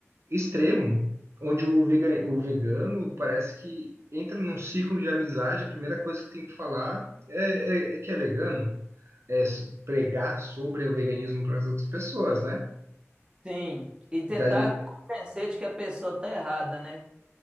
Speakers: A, on the right; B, on the right.
A: extremo, onde o vega- o vegano parece que entra num ciclo de amizade, a primeira coisa que tem que falar é, é- é que é vegano, é s- pregar sobre o veganismo para as outras pessoas, né?
B: sim. E tentar
A: Daí,
B: convencer de que a pessoa tá errada, né?